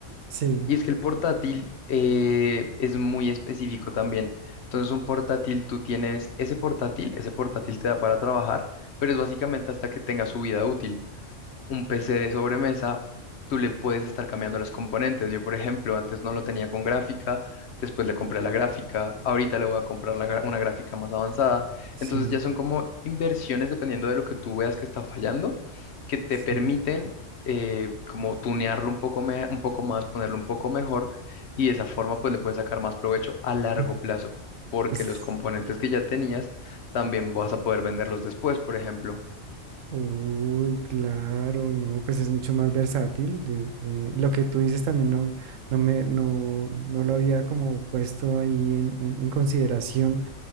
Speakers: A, on the right (about 85°); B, on the left (about 60°).
A: Sí,
B: Y es que el portátil eh, es muy específico también. Entonces, un portátil, tú tienes ese portátil, ese portátil te da para trabajar, pero es básicamente hasta que tenga su vida útil un PC de sobremesa, tú le puedes estar cambiando los componentes. Yo, por ejemplo, antes no lo tenía con gráfica, después le compré la gráfica, ahorita le voy a comprar la gra- una gráfica más avanzada.
A: sí,
B: Entonces ya son como inversiones dependiendo de lo que tú veas que está fallando, que te
A: sí.
B: permiten eh, como tunearlo un poco, me- un poco más, ponerlo un poco mejor y de esa forma pues le puedes sacar más provecho a largo
A: <sniffs>
B: plazo. porque
A: Es-
B: los componentes que ya tenías también vas a poder venderlos después, por ejemplo.
A: Uy, claro, no, pues es mucho más versátil. eh, eh, lo que tú dices también no, no me, no, no lo había como puesto ahí en, en- en consideración,